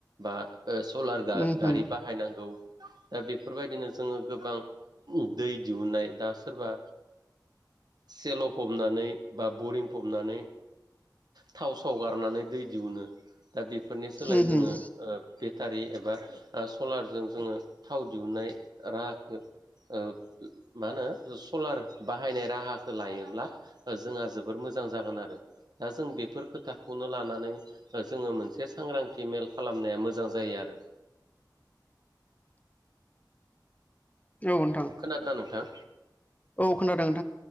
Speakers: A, on the right; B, on the left.
A: बा सलार गा
B: उम
A: गारि
B: उम
A: बाहायनांगौ दा बेफोरबायदिनो जोङो गोबां दै दिहुननाय दा सोरबा सेल' फबनानै बा बरिं फबनानै थाव साव गारनानै दै दिहुनो दा बेफोरनि सोलाय
B: उम
A: जोङो ओ बे टारि एबा सलारजों जोङो थाव दिहुननाय राहाखौ अ मा होनो सलार बाहायनाय राहाखौ लायोब्ला ओ जोंहा जोबोर मोजां जागोन आरो दा जों बेफोर खोथाखौनो लानानै जोङो मोनसे सां सांग्रांथि मेल खालामनाया मोजां जायो आरो
B: <inaudible> औ नोंथां
A: खोनादोंना नोंथां
B: औ खोन्थादों नों